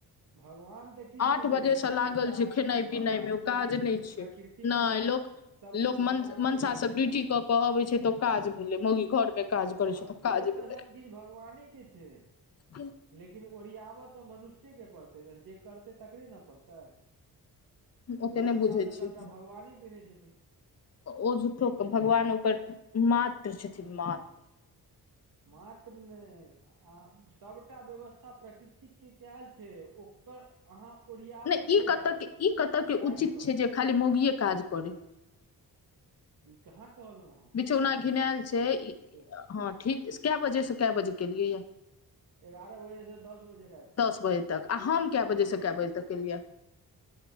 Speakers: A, on the right (about 60°); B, on the left (about 40°).
A: भगवान तऽ किछु
B: आठ
A: नहि दै
B: बजे
A: छथिन
B: से लागल
A: सभटा
B: छिये
A: आदमीके
B: खेनाइ
A: भगवान
B: पिनाइ मे
A: तऽ
B: ओ
A: देनहे
B: काज
A: छथिन
B: नहि नहि
A: प्रकृतिक पूरा
B: लोक
A: सभकिछु
B: लोक मन
A: भगवानेके
B: मनसा
A: देल
B: सब
A: छै
B: ड्यूटी
A: ने
B: कऽ के अबै छै तऽ ओ काज भेलै मौगी घर मे काज करै
A: भ
B: छै
A: देल
B: काज
A: तऽ
B: भेलै
A: सब किछ भगवाने के छै
B: <inaudible>
A: लेकिन ओरियाबऽ तऽ मनुष्येके पड़तै न जे करतै तकरे ने पड़तै
B: ओते
A: व्यवस्था
B: नहि बुझै
A: तऽ
B: छियै
A: सभटा भगवाने केने छथिन
B: ओ झूठोे भगवान ओकर मात्र छथिन मात्र
A: मात्र नहि आ सभटा व्यवस्था प्रकृतिक के कयल छै ओ ओकर अहाँ ओरियाबे
B: नहि
A: छियै
B: ई कतऽ
A: बस
B: के ई कतऽ के
A: ताकि
B: उचित
A: कऽ
B: छै जे खाली मौगिये काज करै
A: ई कहाँ कहलो
B: बिछौना घिनायल छै ई
A: तक
B: हँ ठीक कए बजेसँ कए बजे केलियैए
A: एगारह बजेसँ दस बजे रात
B: दस बजे तक आ हम क बजे से क बजे तक केलियै